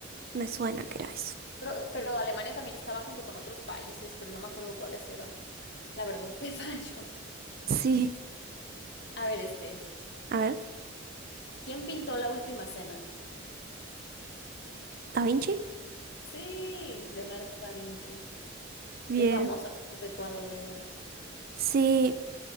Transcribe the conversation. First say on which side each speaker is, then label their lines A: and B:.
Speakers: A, on the right (about 45°); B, on the left (about 55°).
A: Me suena que era eso.
B: Pero, pero Alemania también estaba junto con otros países, pero no me acuerdo cuáles eran. La verdad te <laughs> fallo.
A: Sí.
B: A ver, este,
A: A ver,
B: ¿quién pintó la última cena?
A: Da Vinci.
B: Sí, Leonardo da Vinci.
A: Bien.
B: Qué famoso es ese cuadro de él.
A: Sí,